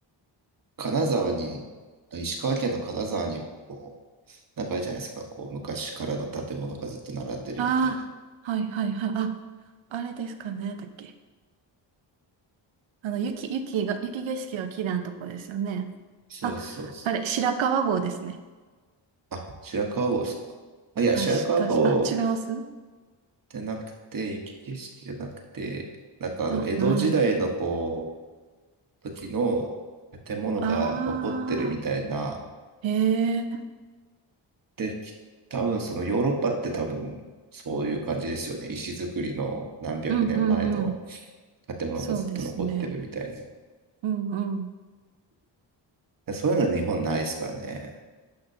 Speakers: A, on the right; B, on the right.
A: 金沢に、石川県の金沢に、こう、なんかあるじゃないですか。こう、昔からの建物がずっと並んでるみたいな。
B: ああ、はいはいはい。あ、あれですかね、だっけ。あの、雪、雪が、雪景色が綺麗なとこですよね。
A: そうです、
B: あ、
A: そうです。
B: あれ、白川郷ですね。
A: あ、白川郷ですか。あ、いや、
B: 確か、
A: 白川郷
B: あ、違います
A: じゃなくて、雪景色じゃなくて、なんかあの、
B: あ、
A: 江戸時代のこ
B: なんやろ。
A: う、時の建物が残ってるみたいな。
B: ああ、へえ、
A: で、多分そのヨーロッパって多分そういう感じですよね。石造りの何百年前の
B: うんうんうん。
A: 建物がずっと残ってるみたいな。
B: そうですね。うんうん。
A: でそういうのは日本ないですからね。